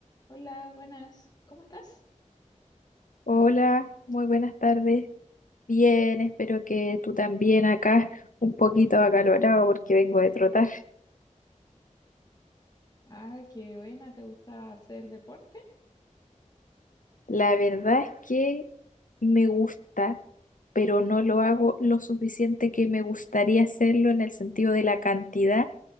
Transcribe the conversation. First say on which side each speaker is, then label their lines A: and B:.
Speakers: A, on the left; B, on the left.
A: Hola, buenas. ¿Cómo estás?
B: Hola, muy buenas tardes. Bien, espero que tú también acá, un poquito acalorado porque vengo de trotar.
A: Ah, qué buena. ¿Te gusta hacer deporte?
B: La verdad es que me gusta, pero no lo hago lo suficiente que me gustaría hacerlo en el sentido de la cantidad